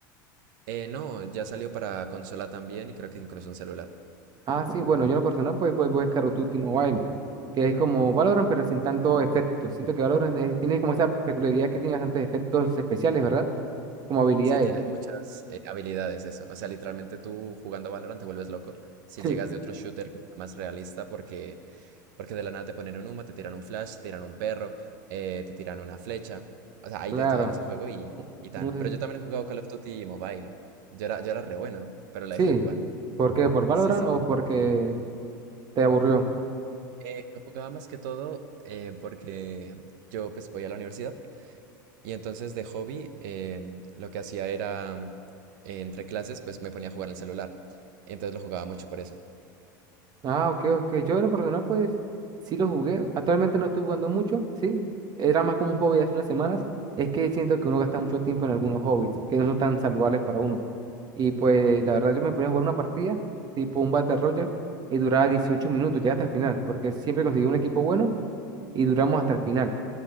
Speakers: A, on the right; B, on the right.
A: Eh, no, ya salió para consola también y creo que incluso un celular.
B: Ah, sí, bueno, yo en lo personal pues juego es Call of Duty Mobile, que es como Valorant pero sin tanto efecto. Siento que Valorant es- tiene como esa peculiaridad que tiene bastantes efectos especiales, ¿verdad? Como habilidades.
A: Sí, tienen muchas eh, habilidades eso. O sea, literalmente tú jugando Valorant te vuelves loco. Si
B: <laughs>
A: llegas de otro shooter más realista porque, porque de la nada te ponen un humo, te tiran un flash, te tiran un perro, eh, te tiran una flecha. O sea, hay
B: Claro,
A: de todo en ese juego y, y tan.
B: no sé.
A: Pero yo también he jugado Call of Duty Mobile. Yo era, yo era re bueno, pero la
B: Sí,
A: dejé de jugar.
B: ¿por qué? ¿Por Valorant
A: Sí, sí.
B: o porque te aburrió?
A: Eh, lo jugaba más que todo eh, porque yo pues voy a la universidad y entonces de hobby eh, lo que hacía era mm, eh, entre clases pues me ponía a jugar en el celular. Entonces lo jugaba mucho por eso.
B: Ah, ok, ok. Yo en lo personal, pues, sí lo jugué. Actualmente no estoy jugando mucho, sí. Era más como un hobby hace unas semanas. Es que siento que uno gasta mucho tiempo en algunos hobbies que no son tan saludables para uno. Y pues, la verdad, yo me ponía a jugar una partida, tipo un Battle Royale, y duraba 18 minutos, ya hasta el final, porque siempre conseguía un equipo bueno y duramos hasta el final.